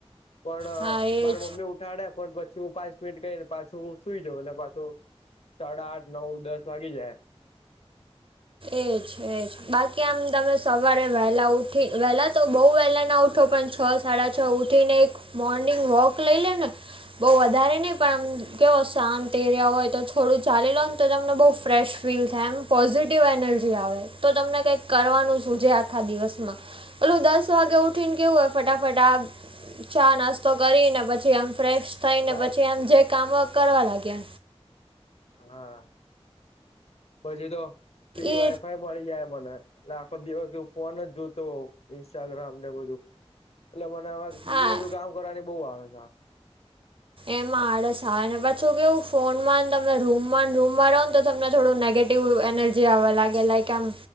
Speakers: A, on the left; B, on the right.
A: પણ
B: હા એ
A: મારા
B: જ
A: મમ્મી ઉઠાડે, પણ પછી હું પાંચ મિનિટ કહી પાછું સુઈ જઉ પાછું. સાડા આઠ નવ દસ વાગી જાય.
B: એજ, એજ. બાકી, આમ તમે સવારે વહેલા ઉઠી વેલા તો બઉ વહેલા ના ઉઠો પણ છ છ, સાડા છ ઉઠીને, એક મોર્નિંગ વોક લઈ લે ને. બહુ વધારે નહીં, પણ આમ કેવો શાંત એરિયા હોય, તો થોડું ચાલી લોન તો તમને બહુ ફ્રેશ ફીલ થાય, એમ પોઝિટિ ટીવ એનર્જી આવે, તો તમને કઈક કરવાનું સુજે આખા દિવસમાં. ઓલું દસ વાગે ઉઠીન કેવું હોય, ફટાફટ આ ચા નાસ્તો કરીને, પછી આમ ફ્રેશ થઈને
A: ટ્રાય
B: પછી આમ જે કામો કરવા લાગીએ.
A: હા, પછી તો ફ્રી
B: એ
A: વાયફાઈ. મળી જાય મને, એટલે આખો દિવસ હું ફોન જ જોતો હોઉ, ઇન્સ્ટાગ્રામ ને બધું. એટલે મને હવે બીજું
B: હા
A: બધું કામ કરવાની બહુ આવે.
B: એમાં આળસ આવે, અને પછું કેવું, ફોનમા ન તમે રૂમ રૂમમાં રહો ન તો તમને થોડું નેગેટી એવું એનર્જી આવવા લાગે, લાઈક આમ,